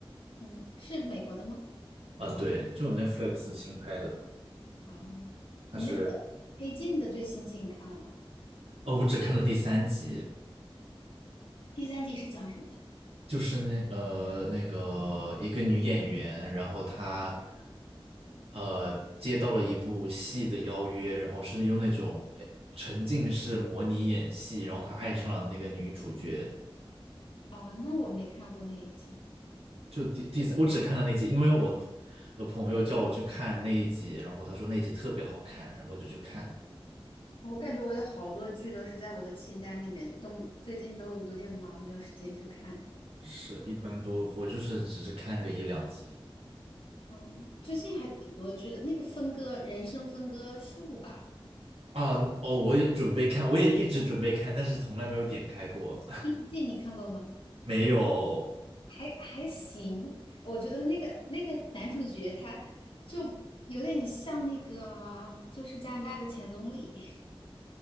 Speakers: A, on the left (about 65°); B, on the right (about 85°).
A: 嗯，是美国的吗？
B: 啊，对，就是 Netflix 新拍的吧？
A: 啊、
B: 它是
A: 你那个《黑镜》的最新季你看了吗？
B: 哦，我只看了第三集，
A: 第三季是讲什么的？
B: 就是那呃那个一个女演员，然后她呃接到了一部戏的邀约，然后是用那种哎沉浸式模拟演戏，然后她爱上了那个女主角。
A: 啊、那我没看过那一季。
B: 就第第三，我只看了那集，因为我的朋我的朋友叫我去看那一集，然后他说那一集特别好看，然后我就去看。
A: 我感觉我有好多剧都是在我的清单里面，都最近都有点忙，没有时间去看。
B: 是，一般都我就是只是看个一两集。
A: 嗯，最近还挺多剧的，那个分割人生分割术吧，
B: 啊，哦，我也准备看，我也一直准备看，但是从来没有点开过，<laughs>
A: 第一季你看过吗？
B: 没有，
A: 还还行，我觉得那个那个男主角他就有点像那个，就是加拿大的前总理，